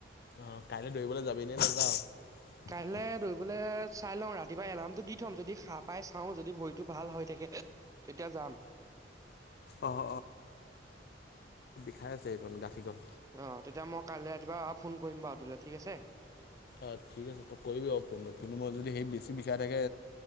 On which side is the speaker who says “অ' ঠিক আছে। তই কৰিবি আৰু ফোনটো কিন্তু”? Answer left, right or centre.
Left